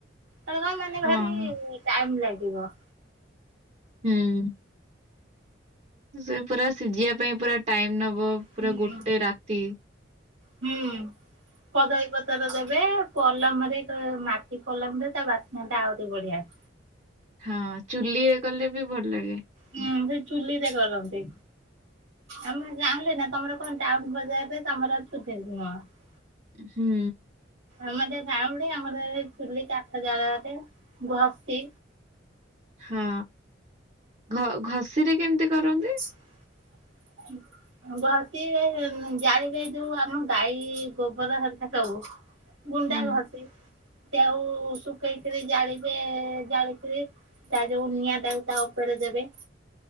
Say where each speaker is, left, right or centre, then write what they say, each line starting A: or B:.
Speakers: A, on the right; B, on the right.
A: ସେଟା କଣ ମାନେ
B: ହଁ।
A: ଭାରି ଟାଇମ ଲାଗିବ
B: ହୁଁ ସେ ପୁରା ସିଝିବା ପାଇଁ ପୁରା ଟାଇମ ନବ ପୁରା
A: ହୁଁ
B: ଗୋଟେ ରାତି
A: ହୁଁ କଦଳୀ ପତର ଦ ଯେ ପଲମରେ ଏକ ମାଟି ପଲମରେ ତା ବାସ୍ନାଟା ଆହୁରି ବଢିଆ-
B: ହଁ ଚୁଲିରେ କଲେ ବି ଭଲ ଲାଗେ
A: ହୁଁ ସେ ଚୁଲିରେ କରନ୍ତି। ଆମେ ଗାଉଁଲେ ନା ତମର କଣ ଟାଉନ ବଜାରରେ ତମର <unintelligible>
B: ହୁଁ
A: ଆମେ ସେ ରାଉଡି ଆମର ଚୁଲି କାଠ ଜାଳରେ ଘଷି
B: ହଁ ଘ ଘଷିରେ କେମିତି କରନ୍ତି?
A: <inaudible> <unintelligible> ଘଷି ହେଇ ଜାଳିବାଇ ଯୋଉ ଆମ ଗାଈ ଗୋବର ହେରିକା ସବୁ ଗୁଣ୍ଡା
B: ହୁଁ
A: ଘଷି ତାକୁ ଶୁଖେଇକିରି ଜାଳିବେ ଜାଳିକରି ତା ଯୋଉ ନିଆଁ ତାକୁ ତା ଉପରେ ଦେବେ